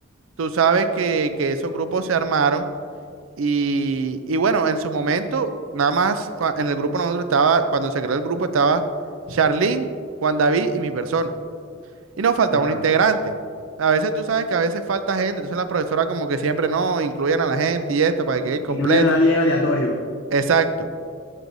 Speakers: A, on the right; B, on the left.
A: tú sabes que, que esos grupos se armaron y, y bueno, en su momento, nada más cua- en el grupo nosotros estaba, cuando se creó el grupo estaba Charlene, Juan David y mi persona. Y nos faltaba
B: Ajá.
A: un integrante. A veces tú sabes que a veces falta gente, entonces la profesora como que siempre no, incluyen a la gente y esto para que quede completo.
B: Incluyan a alguien aleatorio.
A: Exacto.